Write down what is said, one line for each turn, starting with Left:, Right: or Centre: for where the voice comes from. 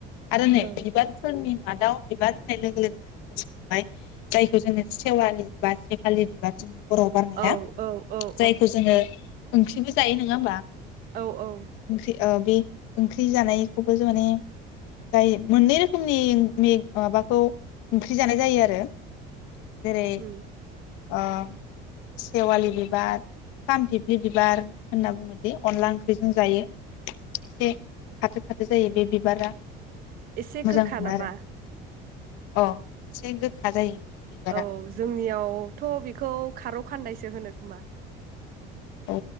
Left: आरो आरो
Right: औ
Left: नै <unintelligible> मादाउ बिबार होननाय लोगो लोगोनो गोसोखां जायखौ जोङो सेवालि बा सेफालि बिबार हराव बारनाया
Right: औ औ
Left: जायखौ जोङो ओंख्रिबो जायो नङा होमबा?
Right: औ औ
Left: ओंख्रि ओ बे ओंख्रि जानायखौबो जों माने जाय मोननै रोखोमनि माबाखौ ओंख्रि जानाय जायो आरो जेरै
Right: उम
Left: अह सेवालि बिबार फान फिफ्लि बिबार होनना बुङोदि अनला ओंख्रिजों जायो एसे खाथो खाथो जायो बे बिबारा
Right: एसे
Left: मोजां
Right: गोखा
Left: मोना
Right: नामा
Left: आरो अ एसे गोखा जायो बे बिबारा
Right: औ जोंनियावथ' बेखौ खारौ खान्दायसो होनो खोमा
Left: अ